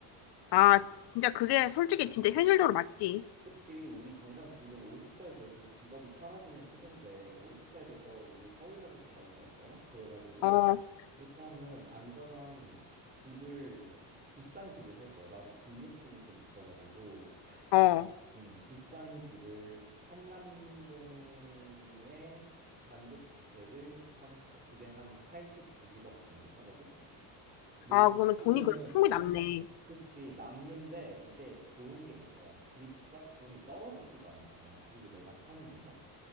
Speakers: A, on the left; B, on the right.
A: 아,
B: 응.
A: 진짜 그게 솔직히 진짜 현실적으로 맞지.
B: 그치. 우리 당장 지금 50살 돼도 직업이 사라지는 추세인데 50살 돼서 우리 서울역에서 잘 순 없잖아? 그래가지고
A: 어,
B: 일단은 안전한 집을 비싼 집을 살 거야. 나는 집 욕심은 좀 있어가지고
A: 어.
B: 음, 비싼 집을 한남동에 단독주택을 사겠어. 그게 한 80, 90억 정도 하거든. 뭐
A: 아,
B: 집치고는
A: 그러면 돈이 그래도 충분히 남네.
B: 그치 남는데 이제 좋은 게 그거야. 집값은 떨어지지가 않잖아. 그리고 내가 사는 이상.